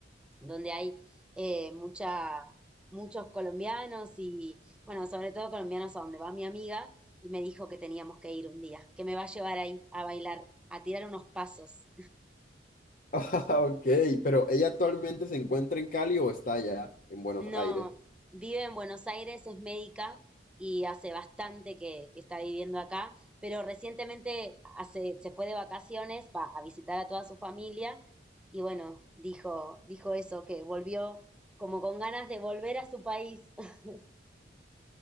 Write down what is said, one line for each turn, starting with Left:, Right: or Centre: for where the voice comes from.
Centre: donde hay eh, mucha, muchos colombianos y, bueno, sobre todo colombianos a donde va mi amiga y me dijo que teníamos que ir un día, que me va a llevar ahí a bailar, a tirar unos pasos.
Left: <laughs> Ah, ok, pero ¿ella actualmente se encuentra en Cali o está allá en Buenos
Centre: No,
Left: Aires?
Centre: vive en Buenos Aires, es médica y hace bastante que, que está viviendo acá, pero recientemente hace, se fue de vacaciones, va a visitar a toda su familia y bueno, dijo, dijo eso, que volvió como con ganas de volver a su país. <laughs>